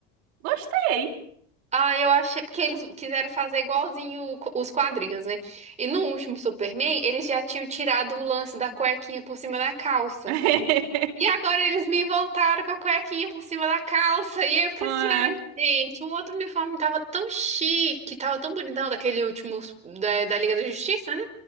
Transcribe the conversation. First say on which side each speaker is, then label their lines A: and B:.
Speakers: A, on the right; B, on the right.
A: Gostei.
B: Ah, eu achei porque eles quiseram fazer igualzinho o co- os quadrinhos, né? E no último Superman, eles já tinham tirado o lance da cuequinha por cima da calça.
A: <laughs>
B: E agora eles me voltaram com a cuequinha por cima da calça. E aí eu fiquei
A: É,
B: assim, ai, gente, o outro uniforme tava tão chique, tava tão bonitão daquele último da, da Liga da Justiça, né?